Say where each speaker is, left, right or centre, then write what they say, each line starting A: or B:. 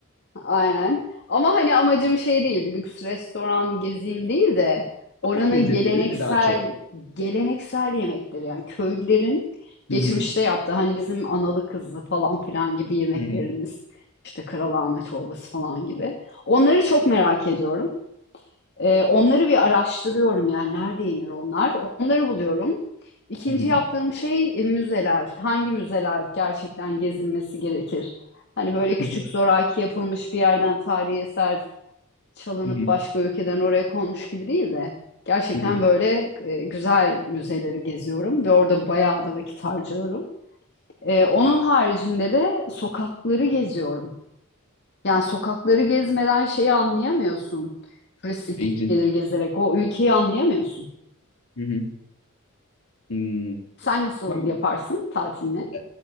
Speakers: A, on the left (about 55°); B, on the left (about 80°).
A: Aynen. Ama hani amacım şey değil, lüks restoran gezeyim değil de oranın
B: Sokak lezzetleri
A: geleneksel
B: değil mi daha çok?
A: geleneksel yemekleri yani köylülerin geçmişte
B: Hı hı.
A: yaptığı hani bizim analı kızlı falan filan gibi yemeklerimiz
B: Hı hı.
A: işte karalahana çorbası falan gibi. Onları çok merak ediyorum. Ee, onları bir araştırıyorum yani nerede yenir onlar. Onları buluyorum. İkinci
B: Hı hı.
A: yaptığım şey e, müzeler. Hangi müzeler gerçekten gezilmesi gerekir? Hani böyle
B: <laughs>
A: küçük zoraki yapılmış bir yerden tarihi eser çalınıp
B: Hı hı.
A: başka ülkeden oraya konmuş gibi değil de gerçekten
B: Hı hı.
A: böyle e, güzel müzeleri geziyorum ve orada bayağı da vakit harcıyorum. E, onun haricinde de sokakları geziyorum. Yani sokakları gezmeden şeyi anlayamıyorsun. Turistik
B: Beyzin.
A: geliri gezerek o ülkeyi anlayamıyorsun.
B: Hı hı. Hmm.
A: Sen nasıl
B: Tam
A: yaparsın tatilini?
B: e,